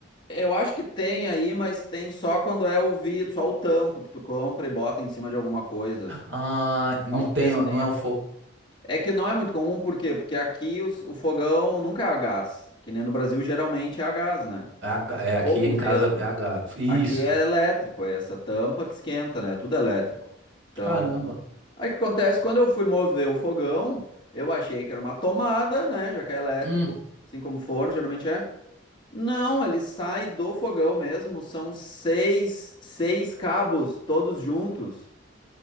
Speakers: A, on the left; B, on the right.
A: eu acho que tem aí, mas tem só quando é o vidro, só o tampo que tu compra e bota em cima de alguma coisa.
B: Ah, não
A: Talvez
B: tem, ó,
A: tenha.
B: não é o fogo.
A: É que não é muito comum, por quê? Porque aqui os- o fogão nunca é a gás, que nem no Brasil geralmente é a gás, né?
B: É, a ga- é aqui
A: Fogo
B: em
A: mesmo.
B: casa é a gás. Isso.
A: Aqui é elétrico, é essa tampa que esquenta, né? Tudo elétrico. Então,
B: Caramba.
A: aí o que acontece? Quando eu fui mover o fogão, eu achei que era uma tomada, né? Já que é elétrico,
B: Hum.
A: assim como forno geralmente é. Não, ele sai do fogão mesmo, são seis, seis cabos todos juntos.